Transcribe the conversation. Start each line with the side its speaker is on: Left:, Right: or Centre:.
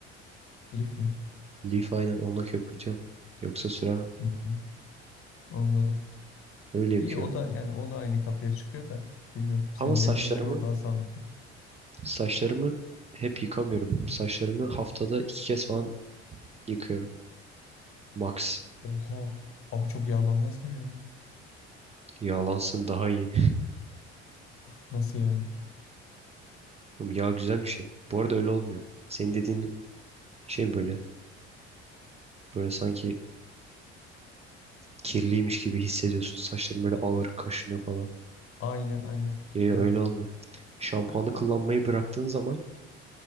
Left: Lif mi?
Right: Leaf aynen onunla köpürtüyorum. Yoksa süremem.
Left: Hmm, anladım.
Right: Öyle yıkıyorum.
Left: İyi o da yani o da aynı kapıya çıkıyor da. Bilmiyorum. Senin
Right: Ama saçlarımı
Left: dediğine göre o daha sağlıklı.
Right: saçlarımı hep yıkamıyorum. Saçlarımı haftada iki kez falan yıkıyorum. Max.
Left: Oha. Abi çok yağlanmaz mı ya?
Right: Yağlansın daha iyi.
Left: <laughs> Nasıl yani?
Right: Oğlum yağ güzel bir şey. Bu arada öyle olmuyor. Senin dediğin şey böyle. Böyle sanki kirliymiş gibi hissediyorsun. Saçların böyle ağır kaşınıyor falan.
Left: Aynen aynen.
Right: Ya ya
Left: Evet.
Right: öyle olmuyor. Şampuanı kullanmayı bıraktığın zaman